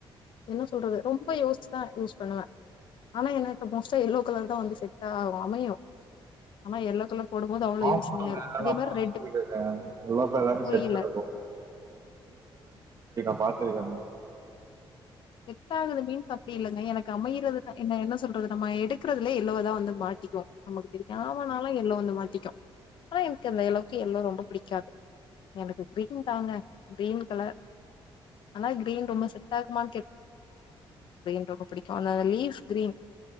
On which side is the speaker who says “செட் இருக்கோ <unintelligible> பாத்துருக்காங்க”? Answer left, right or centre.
Right